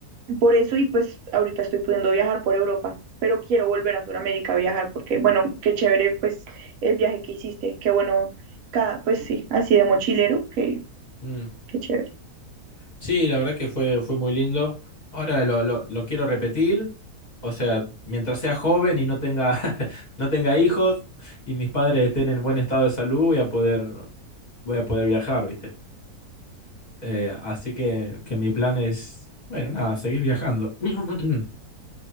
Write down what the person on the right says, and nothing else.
Por eso, y pues ahorita estoy pudiendo viajar por Europa, pero quiero volver a Sudamérica a viajar porque, bueno, qué chévere, pues el viaje que hiciste, qué bueno, cada, pues sí, así de mochilero, qué,
qué chévere.